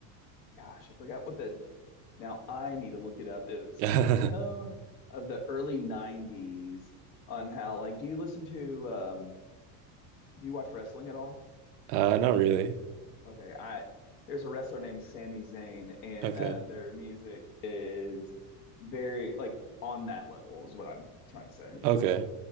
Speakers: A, on the left; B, on the right.
A: gosh, I forgot what the now I need to look it up. It was
B: <laughs>
A: the tone of the early 90s on how like do you listen to um do you watch wrestling at all?
B: Uh, not really.
A: Okay, I there's a wrestler named Sami Zayn and
B: Okay.
A: uh their music is very like on that level is what I'm trying to say.
B: Okay.